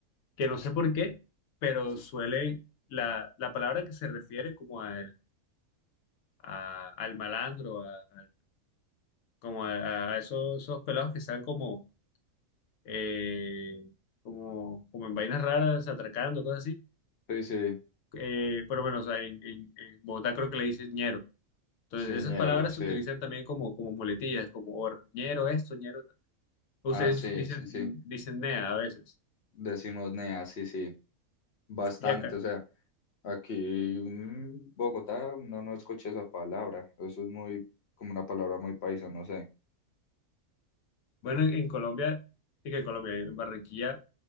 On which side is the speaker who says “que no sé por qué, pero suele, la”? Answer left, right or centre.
Left